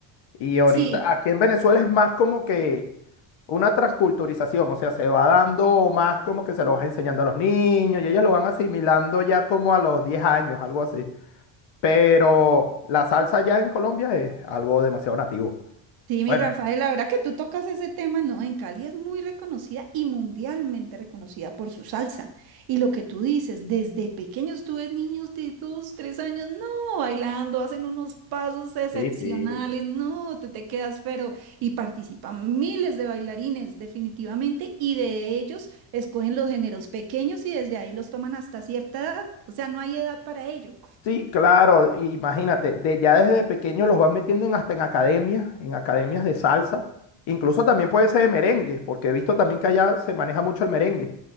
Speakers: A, on the left; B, on the right.
A: Y ahorita
B: Sí,
A: aquí en Venezuela es más como que una transculturización. O sea, se va dando más como que se lo va enseñando a los niños y ellos lo van asimilando ya como a los 10 años, algo así. Pero la salsa allá en Colombia es algo demasiado nativo.
B: Sí, mi
A: Bueno,
B: Rafael, la verdad que tú tocas ese tema, ¿no? En Cali es muy reconocida y mundialmente reconocida por su salsa. Y lo que tú dices, desde pequeños tú ves niños de dos, tres años, no, bailando, hacen unos pasos excepcionales,
A: sí, sí.
B: no, te te quedas, pero, y participan miles de bailarines, definitivamente, y de ellos escogen los géneros pequeños y desde ahí los toman hasta cierta edad, o sea, no hay edad para ello.
A: Sí, claro, imagínate, de, ya desde pequeño los van metiendo en, hasta en academias, en academias de salsa, incluso también puede ser de merengue, porque he visto también que allá se maneja mucho el merengue.